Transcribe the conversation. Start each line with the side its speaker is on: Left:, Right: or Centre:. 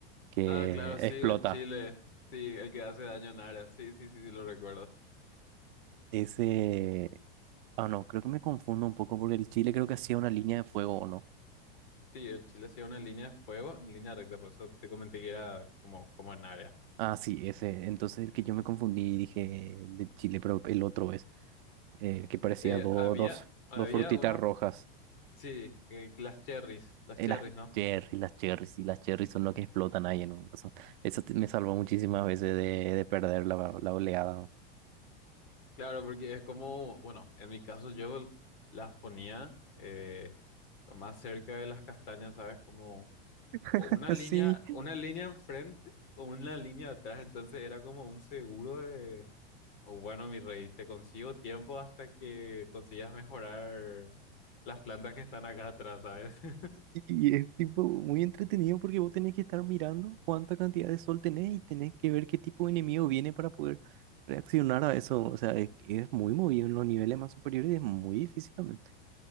Right: que
Left: Ah, claro, sí,
Right: explota.
Left: el chile. Sí, el que hace daño en área. Sí, sí, sí, sí, lo recuerdo.
Right: Ese... Ah, no, creo que me confundo un poco porque el chile creo que hacía una línea de fuego o no.
Left: Sí, el chile hacía una línea de fuego, línea recta, por eso te comenté que era como, como en área.
Right: Ah, sí, ese. Entonces el que yo me confundí y dije del chile, pero el otro es eh, el que parecía
Left: Eh,
Right: do-
Left: había,
Right: dos,
Left: había
Right: dos frutitas
Left: una,
Right: rojas.
Left: sí, eh, las cherries, las
Right: Y
Left: cherries,
Right: las
Left: ¿no?
Right: cherries, las cherries, y las cherries son lo que explotan ahí en un... Eso, eso te- me salvó muchísimas veces de, de perder la, la oleada.
Left: Claro, porque es como, bueno, en mi caso yo las ponía. eh, más cerca de las castañas, ¿sabes? Como o
Right: <laughs>
Left: una línea,
Right: Sí,
Left: una línea enfrente o una línea atrás. Entonces era como un seguro de, o bueno, mi rey, te consigo tiempo hasta que consigas mejorar las plantas que están acá atrás, ¿sabes? <laughs>
Right: y es tipo muy entretenido porque vos tenés que estar mirando cuánta cantidad de sol tenés y tenés que ver qué tipo de enemigo viene para poder reaccionar a eso. O sea, es, es muy movido en los niveles más superiores y es muy difícil también.